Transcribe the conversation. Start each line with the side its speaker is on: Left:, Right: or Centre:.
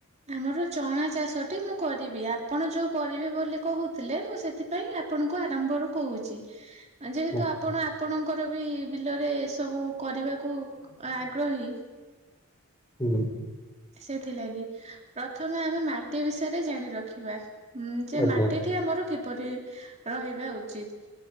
Right: ଆମର ଚଣା ଚାଷଟି ମୁଁ କରିବି ଆପଣ ଯୋଉ କରିବେ ବୋଲି କହୁଥିଲେ ମୁଁ ସେଥି ପାଇଁ ଆପଣଙ୍କୁ ଆରମ୍ଭରୁ କହୁଚି। ଆ ଯେହେତୁ
Left: ହଁ
Right: ଆପଣ ଆପଣଙ୍କର ବି ବିଲରେ ଏ ସବୁ କରିବାକୁ ଆଗ୍ରହୀ
Left: ହୁଁ।
Right: ସେଥିଲାଗି ପ୍ରଥମେ ଆମେ ମାଟି ବିଷୟରେ ଜାଣି ର ଖିବା ଉଁ ଯେ
Left: ଆଜ୍ଞା
Right: ମାଟି ଟି ଆମର କିପରି ରହିବା ଉଚିତ୍।